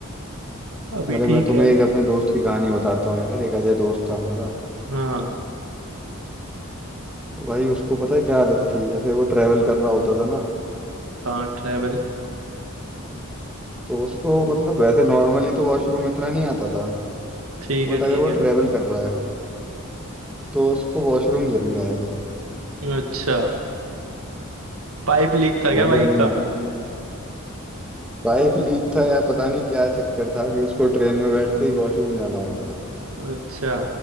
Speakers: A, on the right; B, in the centre.
A: अभी
B: अरे
A: ठीक
B: मैं तुम्हें
A: है
B: एक अपने दोस्त की कहानी बताता हूँ यार एक अजय दोस्त था हमारा
A: हाँ
B: तो भाई उसको पता है क्या आदत थी जैसे वो ट्रेवल कर रहा होता था ना
A: हाँ ट्रैवल
B: तो उसको मतलब वैसे नॉर्मली तो वॉशरूम इतना नहीं आता था
A: ठीक है
B: बट अगर
A: ठीक
B: वो
A: है
B: ट्रेवल कर रहा है तो उसको वॉशरूम जरूर आएगा
A: अच्छा पाइप लीक था क्या
B: भाई
A: बाइक
B: हम
A: का
B: पाइप लीक था या पता नहीं क्या चक्कर था कि उसको ट्रेन में बैठते ही वॉशरूम जाना होता था
A: अच्छा